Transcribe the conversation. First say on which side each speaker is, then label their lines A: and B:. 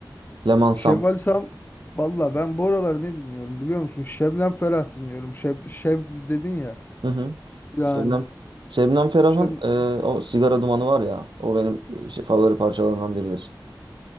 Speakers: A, on the right; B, on the left.
A: Leman Sam.
B: Şevval Sam valla ben bu aralar ne dinliyorum biliyor musun? Şebnem Ferah dinliyorum. Şeb Şev dedin ya.
A: Hı hı.
B: Yani
A: Şebnem. Şebnem Ferah'ın
B: Şeb
A: e, o sigara dumanı var ya. O benim e, şey, favori parçalarımdan biridir.